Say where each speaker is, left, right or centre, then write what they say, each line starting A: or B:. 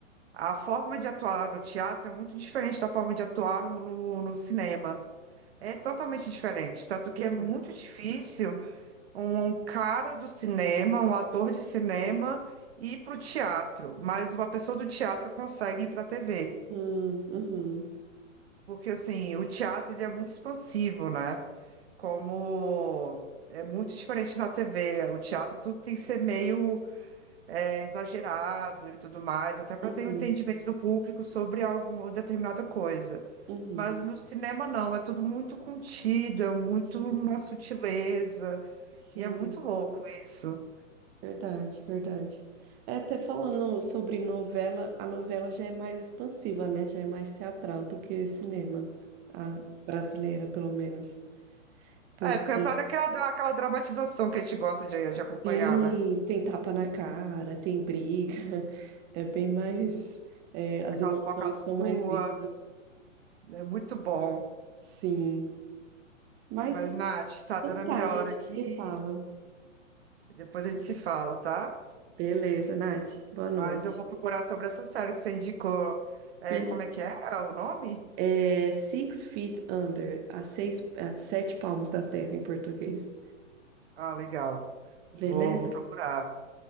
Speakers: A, on the right; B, on the right.
A: a forma de atuar no teatro é muito diferente da forma de atuar no, no no cinema. É totalmente diferente, tanto que
B: uhum,
A: é muito difícil. um um cara do cinema, um ator de cinema, ir para o teatro, mas uma pessoa do teatro consegue ir para a TV,
B: hum, uhum,
A: porque assim, o teatro ele é muito expansivo, né? Como é muito diferente na TV, o teatro tudo tem que ser meio é, exagerado e tudo mais, até para
B: uhum,
A: ter um entendimento do público sobre alguma determinada coisa.
B: uhum.
A: Mas no cinema não, é tudo muito contido, é muito
B: Sim,
A: uma sutileza,
B: sim,
A: e é muito louco isso.
B: verdade, verdade. É, até falando sobre novela, a novela já é mais expansiva, né? Já é mais teatral do que cinema, a brasileira, pelo menos. Porque
A: É, porque é pra dar aquela, aquela dramatização que a gente gosta de, de acompanhar,
B: Sim,
A: né?
B: tem tapa na cara, tem briga. <laughs> É bem mais. é, as
A: Tem aquelas
B: emoções
A: falcatruas,
B: são mais vistas.
A: é muito bom.
B: Sim. Mas
A: Mas, Nath, tá
B: então
A: dando a
B: tá,
A: minha
B: a gente
A: hora aqui,
B: se fala.
A: depois a gente se fala, tá?
B: Beleza, Nath. Boa noite.
A: Mas eu vou procurar sobre essa série que você indicou. É,
B: Be-
A: como é que é É o nome?
B: É Six Feet Under, a seis, a sete palmos da terra em português.
A: Ah, legal.
B: Beleza?
A: Vou, vou procurar.